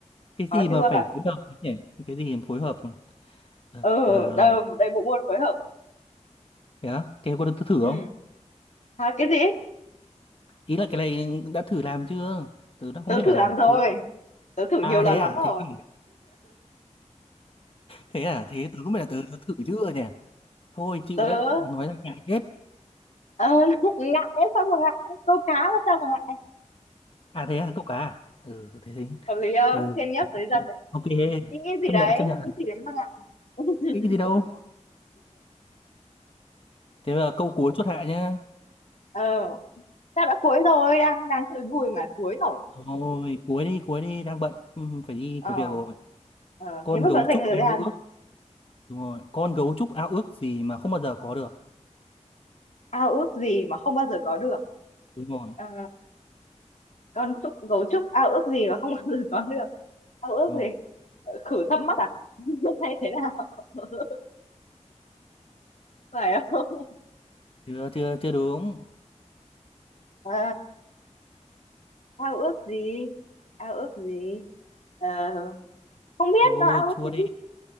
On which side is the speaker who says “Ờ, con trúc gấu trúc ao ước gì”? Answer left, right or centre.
Left